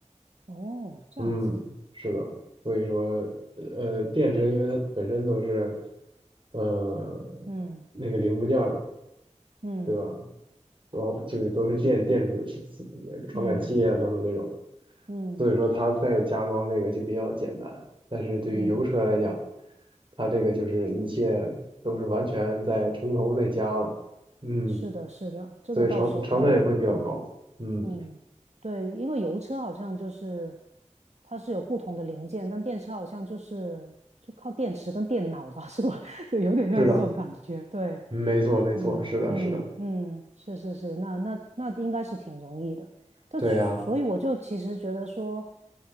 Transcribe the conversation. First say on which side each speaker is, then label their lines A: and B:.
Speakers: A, on the right; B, on the right.
A: 哦，这样子啊
B: 嗯，是的，所以说呃，电车因为它本身都是呃
A: 嗯
B: 那个零部件儿嘛，
A: 嗯
B: 对吧？都就是都是电电子传感器啊等等这种，
A: 嗯嗯
B: 所以说它在加装这个就比较简单。但是对于油车来讲，
A: 嗯，
B: 它这个就是一切都是完全在从头再加了，嗯，
A: 是的，是的，这个倒是有道理，
B: 所以成成本也会比较高，
A: 嗯。
B: 嗯，
A: 嗯，对，因为油车好像就是它是有不同的零件，但电车好像就是就靠电池跟电脑吧，是吧？<laughs> 就有点像这种感觉。
B: 是的，
A: 对，
B: 没错没错，
A: 嗯嗯嗯，
B: 是的是的，
A: 是是是，那那那应该是挺容易的。但所以我就其实觉得说，
B: 对呀，